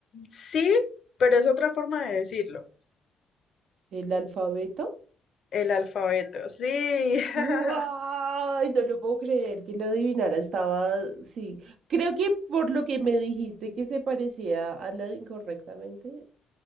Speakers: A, on the left (about 55°); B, on the right (about 70°).
A: sí, pero es otra forma de decirlo.
B: ¿El alfabeto?
A: El alfabeto, sí. <laughs>
B: ¡Guau! No lo puedo creer que lo adivinara. Estaba, sí. Creo que por lo que me dijiste que se parecía a la de incorrectamente,